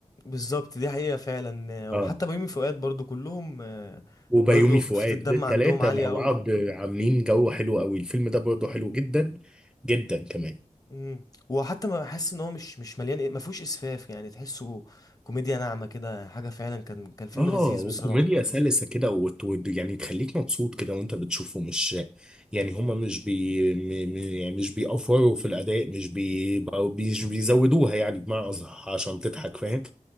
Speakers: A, on the left; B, in the centre.
A: بالظبط دي حقيقه فعلا وحتى
B: اه
A: بيومي فؤاد برضو كلهم آه،
B: وبيومي
A: برضو
B: فؤاد
A: خفه الدم
B: التلاتة
A: عندهم عاليه
B: مع
A: قوي
B: بعض عاملين جو حلو قوي الفيلم ده برضه حلو جدا جدا كمان
A: امم وحتى ما حاسس ان هو مش مش مليان ما فيهوش اسفاف يعني تحسه كوميديا ناعمه كده حاجه فعلا كان كان فيلم
B: اه
A: لذيذ
B: وكوميديا
A: بصراحه
B: سلسة كده وت- وت- يعني تخليك مبسوط كده وانت بتشوفه مش يعني هما مش بي م- م- يعني مش بيأفوروا في الأداء مش بي بقوا- مش بيزودوها يعني بمعنى أصح عشان تضحك فاهم